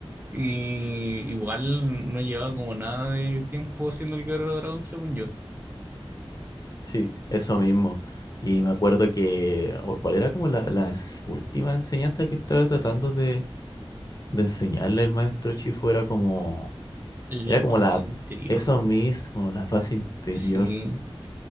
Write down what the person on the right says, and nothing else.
y igual no llevaba como nada de tiempo siendo el Guerrero Dragón, según yo.
La
paz
interior,
sí,